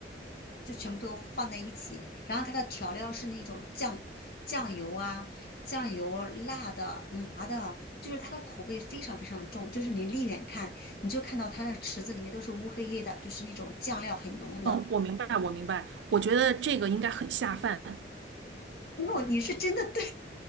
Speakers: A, on the left (about 55°); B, on the right (about 90°).
A: 就全部都放在一起，然后它的调料是那种酱酱油啊、酱油、辣的、麻的，就是它的口味非常非常重，就是你离远看你就看到它的池子里面都是乌黑黑的，就是那种酱料很浓的。
B: 哦，我明白，我明白，我觉得这个应该很下饭，
A: 哦，你是真的对。